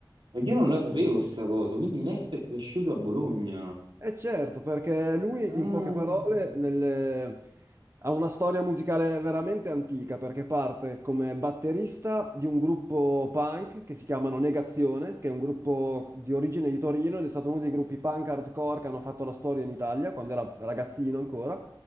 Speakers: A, on the right; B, on the right.
A: E io non lo sapevo sta cosa, quindi Neff è cresciuto a Bologna.
B: Eh certo, perché lui
A: Ah.
B: in poche parole nel- ha una storia musicale veramente antica, perché parte come batterista di un gruppo punk che si chiamano Negazione, che è un gruppo di origine di Torino ed è stato uno dei gruppi punk hardcore che hanno fatto la storia in Italia, quando era ragazzino ancora.